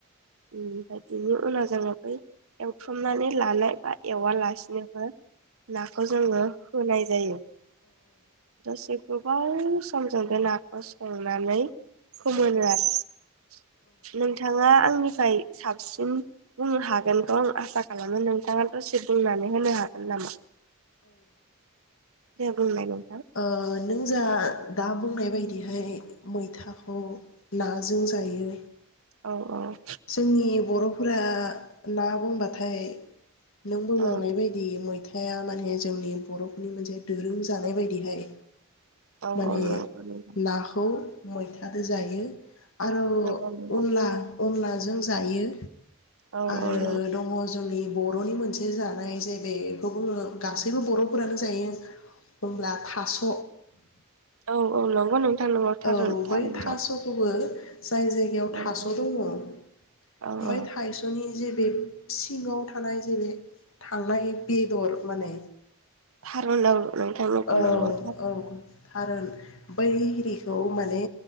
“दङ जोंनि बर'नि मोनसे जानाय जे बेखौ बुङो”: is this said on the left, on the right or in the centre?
Left